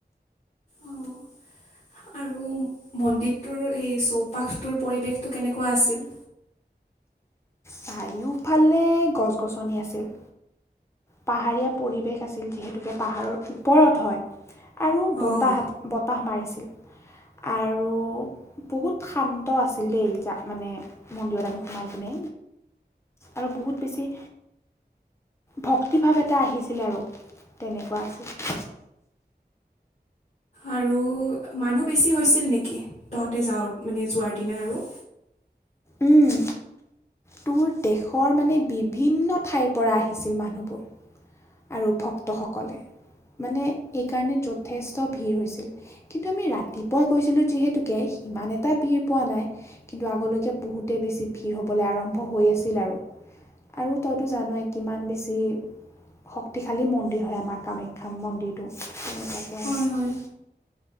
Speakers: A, on the left (about 40°); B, on the left (about 15°).
A: অঁ আৰু মন্দিৰটোৰ সেই চৌপাশটোৰ পৰিৱেশটো কেনেকুৱা আছিল?
B: চাৰিওফালে গছ গছনি আছিল। পাহাৰীয়া পৰিৱেশ আছিল যিহেতুকে পাহাৰৰ ওপৰত হয়। আৰু বতাহ
A: অঁ
B: বতাহ মাৰিছিল আৰু বহুত শান্ত আছিল দেই যাক মানে মন্দিৰত আমি সোমাই কিনে আৰু বহুত বেছি ভক্তিভাৱ এটা আহিছিল আৰু তেনেকুৱা আছিল।
A: আৰু মানুহ বেছি হৈছিল নেকি, তহঁতে যাওঁ মানে যোৱাৰ দিনা আৰু।
B: উম তোৰ দেশৰ মানে বিভিন্ন ঠাইৰ পৰা আহিছিল মানুহবোৰ। আৰু ভক্তসকলে মানে এইকাৰণে যথেষ্ট ভিৰ হৈছিল। কিন্তু আমি ৰাতিপুৱা গৈছিলো যিহেতুকে সিমান এটা ভিৰ পোৱা নাই। কিন্তু আগলৈকে বহুতে বেছি ভিৰ হবলৈ আৰম্ভ হৈ আছিল আৰু। আৰু তইতো জানই কিমান বেছি শক্তিশালী মন্দিৰ হয়, আমাৰ কামাখ্যা মন্দিৰটো, তেনেকুৱাকে
A: হয়
B: আৰু।
A: হয়